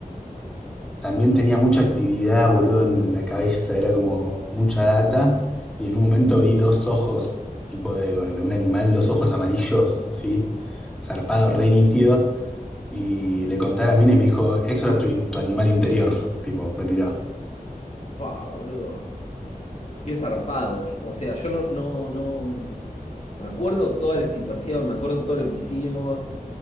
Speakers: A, in the centre; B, on the left (about 45°).
A: También tenía mucha actividad, boludo, en la cabeza, era como mucha data. Y en un momento vi dos ojos, tipo de, de un animal, dos ojos amarillos, así, zarpados, re nítidos. Y le conté a la mina y me dijo, eso era tu, in- tu animal interior, tipo, mentira.
B: Fa, boludo. Qué zarpado. O sea, yo no, no, no. Me acuerdo toda la situación, me acuerdo todo lo que hicimos.